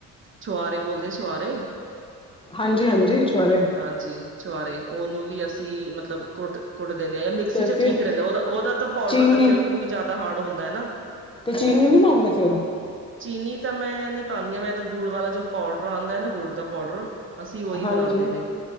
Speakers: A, on the right; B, on the left.
A: ਛੁਆਰੇ ਬੋਲਦੇ ਛੁਆਰੇ
B: ਹਾਂਜੀ-ਹਾਂਜੀ ਛੁਆਰੇ
A: ਹਾਂਜੀ ਛੁਆਰੇ ਓਨੂੰ ਵੀ ਅਸੀਂ ਮਤਲਬ ਕੁਟ ਕੁੱਟ ਦੇਂਦੇ ਜਾਂ ਮਿਕਸੀ
B: ਤੇ
A: ਚ
B: ਫਿਰ
A: ਠੀਕ ਰੈਂਦਾ ਓਦਾ-ਓਦਾ ਤਾਂ ਪੋਡਰ
B: ਚੀਨੀ
A: ਕਰਕੇ ਕਿਉਂ ਓ ਜਾਦਾ ਹਾਰਡ ਹੁੰਦਾ ਐ ਨਾ।
B: ਤੇ ਚੀਨੀ ਨੀ ਪਾਂਓਂਗੇ ਫੇਰ?
A: ਚੀਨੀ ਤਾਂ ਮੈਂ ਨੀ ਪਾਦੀ ਮੈਂ ਤਾਂ ਗੁੜ ਵਾਲਾ ਜੋ ਪੋਡਰ ਆਦਾ ਨਾ ਗੁੜ ਦਾ ਪੋਡਰ ਅਸੀਂ ਓਹੀ
B: ਹਾਂਜੀ
A: ਬਣਾਦੇ ਨੇ,